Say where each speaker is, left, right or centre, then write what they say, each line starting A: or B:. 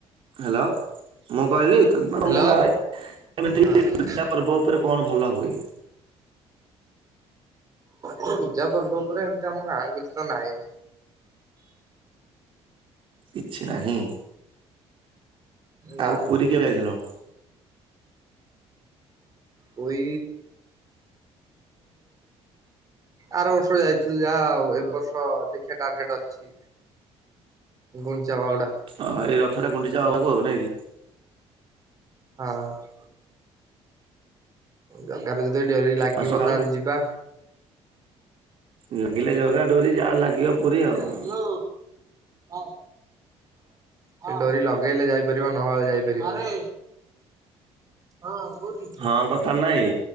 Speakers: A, on the right; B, on the right.
A: ହାଲୋ ମୁଁ କହିଲି <unintelligible>
B: ହ୍ୟାଲୋ
A: ତମଗାଁରେ ଏମିତି
B: ହଁ
A: <unintelligible> ତା ପରେ ବୋଉ ଉପରେ କଣ ଭଲ ହୁଏ।
B: ପୂଜା ପର୍ବ ଉପରେ ଏମିତି ଆମଗାଁରେ କିଛି ତ ନାହିଁ।
A: କିଛି ନାହିଁ
B: ନା
A: ଆଉ ପୁରୀ କେବେ ଯାଇଥିଲ?
B: ପୁଇ ଆର ବର୍ଷ ଯାଇ ଥିଲି ଯାହା ଆଉ ଏ ବର୍ଷ ଦେଖିଆ ଟାର୍ଗେଟ ଅଛି ଗୁଣ୍ଡିଚା ବାହୁଡା।
A: ହଁ ଏଇ ରଥରେ ଗୁଣ୍ଡିଚା <unintelligible> ନାଇ କି।
B: ହଁ। ଜଗାର ଯଦି ଡୋରି ଲାଗିବ
A: ଆଉ ସକାଳୁ
B: ତାହେଲେ ଯିବା।
A: ଲାଗିଲେ ଜଗା ଡୋରି ଯାହା ଲାଗିବ। ପୁରୀ ଆଉ।
B: ହାଲେ ହଁ, ହଁ ଡୋରି ଲଗେଇଲେ ଯାଇ। <unintelligible> ନହେଲେ ଆଉ ଯାଇପାରିବନି ହଁ କଉଠି।
A: ହଁ, କଥା ରେ ନାଇଁ